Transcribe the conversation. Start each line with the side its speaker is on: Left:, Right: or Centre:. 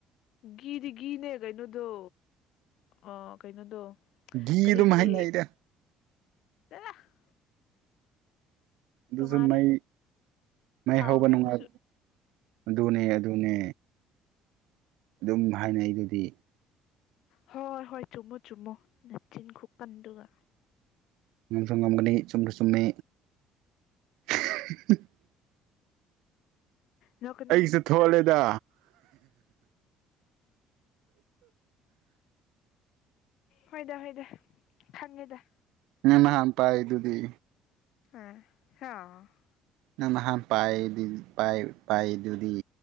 Left: ꯒꯤꯗꯤ ꯒꯤꯅꯦ ꯀꯩꯅꯣꯗꯣ ꯑ ꯀꯩꯅꯣꯗꯣ
Right: ꯘꯤ
Left: ꯀꯔꯤ
Right: ꯑꯗꯨꯝ
Left: ꯀꯔꯤ
Right: ꯍꯥꯏꯅꯩꯗ
Left: <unintelligible>
Right: ꯗꯨꯖꯨ
Left: ꯇꯣꯡꯉꯥꯜꯂꯦ
Right: ꯃꯩ ꯃꯩ
Left: ꯊꯥꯎꯅꯦ
Right: ꯍꯧꯕ ꯅꯨꯡꯉꯥꯏ
Left: ꯑꯗꯨꯁꯨ
Right: ꯑꯗꯨꯅꯦ ꯑꯗꯨꯅꯦ ꯗꯨꯝ ꯍꯥꯏꯅꯩ ꯗꯨꯗꯤ
Left: ꯍꯣꯏ ꯍꯣꯏ ꯆꯨꯝꯃꯣ ꯆꯨꯝꯃꯣ ꯅꯆꯤꯟ ꯈꯨꯀꯟꯗꯨꯒ
Right: ꯉꯝꯁꯨ ꯉꯝꯒꯅꯤ ꯆꯨꯝꯁꯨ ꯆꯨꯝꯃꯤ <unintelligible>
Left: ꯅꯣꯛꯀꯅꯨ
Right: ꯑꯩꯖꯨ ꯊꯣꯠꯂꯦꯗ
Left: ꯍꯣꯏꯗ ꯍꯣꯏꯗ ꯈꯪꯉꯦꯗ
Right: ꯅꯪ ꯅꯍꯥꯟ ꯄꯥꯏꯗꯨꯗꯤ
Left: ꯍꯣꯏ <unintelligible>
Right: ꯅꯪ ꯅꯍꯥꯟ ꯄꯥꯏꯔꯤ ꯄꯥꯏ ꯄꯥꯏꯗꯨꯗꯤ